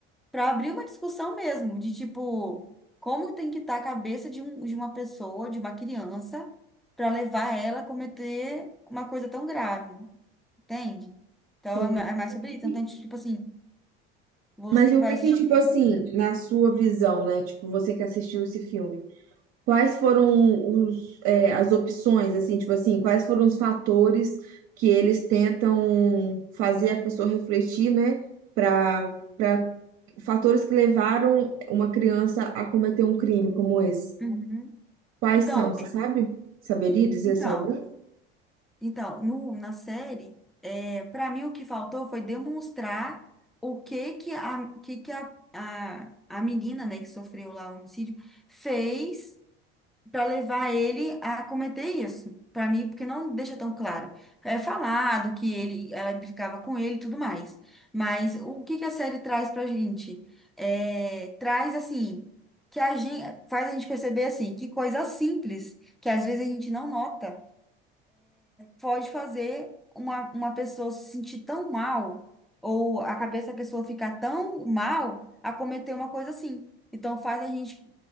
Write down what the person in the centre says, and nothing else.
para abrir uma discussão mesmo, de tipo, como tem que estar a cabeça de, um, de uma pessoa, de uma criança, para levar ela a cometer uma coisa tão grave, entende? Então,
é ma- é mais
sobre
isso.
Então, tipo assim. Você
que
vai
assistir
ainda?
Uhum.
Então,
é-
então,
então, no, na série, é, para mim o que faltou foi demonstrar o que que a, que que a, a, a menina, né, que sofreu lá o homicídio, fez para levar ele a cometer isso, para mim, porque não deixa tão claro. É falado que ele, ela implicava com ele e tudo mais. Mas o que que a série traz pra gente? É, traz assim, que a gente faz a gente perceber assim, que coisa simples, que às vezes a gente não nota, pode fazer uma, uma pessoa se sentir tão mal, ou a cabeça da pessoa ficar tão mal a cometer uma coisa assim. Então faz a gente